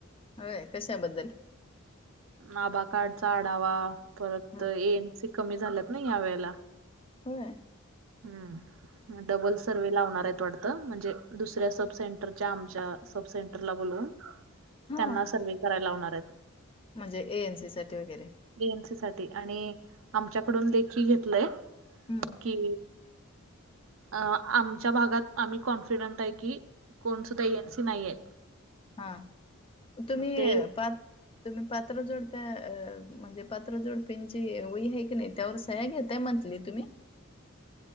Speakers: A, on the left (about 25°); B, on the right (about 70°).
A: व्हय कशाबद्दल?
B: आभा कार्डचा आढावा परत
A: हम्म
B: एनसी कमी झाल्यात ना या वेळेला
A: होय?
B: हम् डबल सर्वे लावणार आहेत वाट त, म्हणजे दुसऱ्या सब सेंटरच्या आमच्या सब सेंटरला बोलून
A: हा
B: त्यांना सर्वे करायला लावणार आहेत.
A: म्हणजे एन सी साठी वगैरे
B: एनसी साठी आणि आमच्याकडून लेखी घेतलंय
A: हम्म
B: की आमच्या भागात आम्ही कॉन्फिडंट आहे की कोणसुद्धा एनसी नाही आहेत.
A: हा तुम्ही
B: मग ते
A: पात तुम्ही पात्र जोडप्या अ म्हणजे पात्रजोडप्यांची वई आहे की नाही त्यावर सह्या घेताय मंथली तुम्ही?
B: <inaudible>